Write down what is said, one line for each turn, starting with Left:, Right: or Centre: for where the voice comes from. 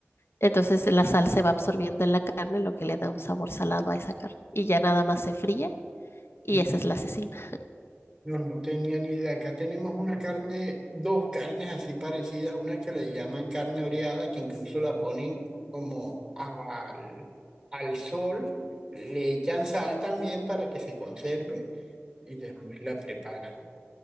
Left: Entonces la sal se va absorbiendo en la carne, lo que le da un sabor salado a esa carne. Y ya nada más se fríe Y
Right: ujú.
Left: esa es la asesina.
Right: No, no tenía ni idea. Acá tenemos una carne, dos carnes así parecidas, una que le llaman carne oreada, que incluso la ponen como al, al sol, le echan sal también para que se conserve y después la preparan.